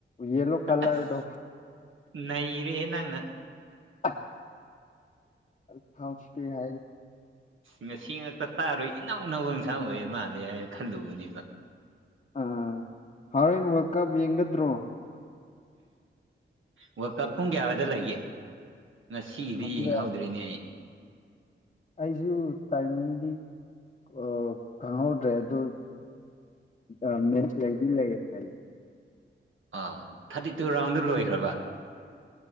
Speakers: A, on the left; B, on the right.
A: ꯌꯦꯂꯣ ꯀꯂꯔꯗꯣ
B: ꯑꯁ ꯅꯩꯔꯦꯍꯦ ꯅꯪꯅ
A: <inaudible> ꯗꯨ ꯍꯥꯎꯇ‌ꯦ ꯍꯥꯏ
B: ꯉꯁꯤ ꯉꯥꯛꯇ ꯇꯥꯔꯣꯏ ꯏꯅꯧ ꯅꯧꯕ ꯏꯟꯁꯥꯡ ꯑꯣꯏꯔ ꯃꯥꯜꯂꯦ ꯍꯥꯏꯅ ꯈꯜꯂꯨꯕꯅꯦꯕ
A: ꯑꯥ ꯍꯣꯔꯦꯟ ꯋꯥꯔꯜ ꯀꯞ ꯌꯦꯡꯒꯗ꯭ꯔꯣ
B: ꯋꯥꯔꯠ ꯀꯞ ꯄꯨꯡ ꯀꯌꯥꯗ ꯂꯩꯒꯦ ꯉꯁꯤꯒꯤꯗꯤ
A: ꯈꯪꯗꯦ
B: ꯌꯦꯡꯍꯧꯗ꯭ꯔ‌ꯦꯅꯦ ꯑꯩ
A: ꯑꯩꯁꯨ ꯇꯥꯏꯃꯤꯡꯗꯤ ꯑ ꯈꯪꯍꯧꯗ꯭ꯔꯦ ꯑꯗꯣ ꯑ ꯃ‌ꯦꯁ ꯂꯩꯗꯤ ꯂꯩ ꯍꯥꯏ
B: ꯑ ꯊꯥꯔꯇꯤ ꯇꯨ ꯔꯥꯎꯟꯗ ꯂꯣꯏꯈ꯭ꯔꯕ